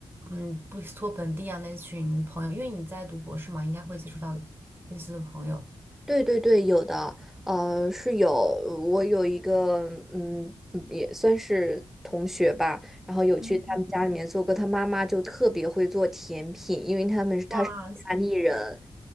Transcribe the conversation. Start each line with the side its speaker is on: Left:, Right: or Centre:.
Right: 嗯布里斯托本地啊那群朋友，因为你在读博士嘛，应该会接触到类似的朋友。
Centre: 对对对，有的，呃，是有，我有一个，嗯，也算是同学吧，然后有去他们家里面做过，
Right: 嗯，
Centre: 他妈妈就特别会做甜品，因为他们他是意大利人。
Right: 哇塞，